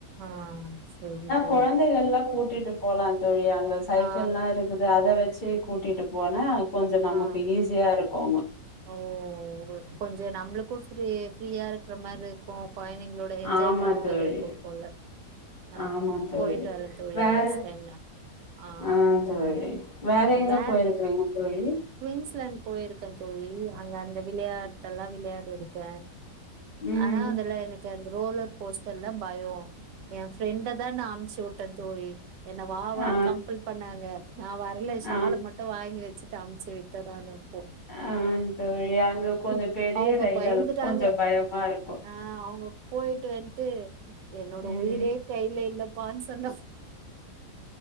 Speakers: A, on the right; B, on the left.
A: ஆஹ் சேரி தோ
B: கொழந்தைகள்லா கூட் விட்டுட்டுப் போலாங் இதோயே அங்க சைக்கிள்லா
A: ஆ
B: இருக்குது அத வெச்சு த்ரி கூட்டிட்டு போனா கொஞ்ச நமக்கு
A: ஆ
B: ஈஸியா இருக்குமா
A: ஓ கொஞ் ஏ நம்ளுக்கு ஃப்ரி ஃப்ரியா இருக்ற மாரி கொ கொழந்தைங்களோட என்ஜாய்
B: ஆமா
A: பண்ண
B: தோழி
A: மாரி இருக்கு போல ஆஹ்
B: ஆமா தோழி
A: போய்ட்டு வரே தோழி
B: வேற
A: நெக்ஸ்ட் டைம் நா ஆஹ்
B: ஆ தோழி வேற
A: அஹ்
B: எங்க
A: வேற்
B: போயிருக்கிறீங்க தோழி
A: குயின்ஸ்லாண்ட் போய்ருக்க தோழி யா அங்க அந்த விளையாட்டெல்லா விளையாட் இருக்க
B: ம்
A: ஆனா அதுல எனக்கு அந்த ரோலர் கோஸ்டல்லாம் பயோ எ ஃப்ரெண்ட தா நா அம்ச்சுட்டேத் தோழி என்ன வாவான்
B: ஆ
A: கம்பள் பண்ணாங்க நா வர்ல சால
B: ஆ
A: மட்டு வாங்கி வச் ஸ் அஹ் டாம் அன் செரி தொடாமே போ
B: ஆஹ் தோழி அங்க கொஞ்சோ
A: உம்
B: பெரிய
A: அவ்ங்க
B: ரைடெல்லா
A: பயந்துட்டாங்க
B: கொஞ்சோ பயமா இருக்கு
A: ஆஹ் அவ்ங்க போயிட்டு வந்ட்டு <unintelligible> என்னோட
B: ம்
A: உயிரே கைல இல்லத் இப்ப வந்து சொன்னப்